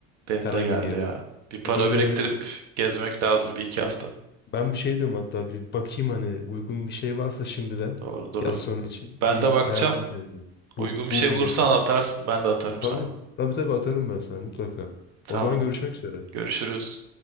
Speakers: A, on the right; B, on the left.
A: Benim
B: Herhangi
A: de geldi
B: bir yere.
A: ya. Bir para
B: E Böyle
A: biriktirip
B: hani
A: gezmek lazım bir iki hafta.
B: Hı. Ben bir şey diyorum hatta bir bakayım hani uygun bir şey varsa şimdiden
A: Doğru doğru.
B: yaz sonu için
A: Ben
B: bir
A: de bakacağım.
B: ayarlayayım kendimi.
A: Uygun
B: Book,
A: bir
B: booking
A: şey bulursan
B: yapayım.
A: atarsın. Ben de atarım
B: Tabii
A: sana.
B: tabii tabii atarım ben sana mutlaka.
A: Tamam.
B: O zaman görüşmek üzere.
A: Görüşürüz.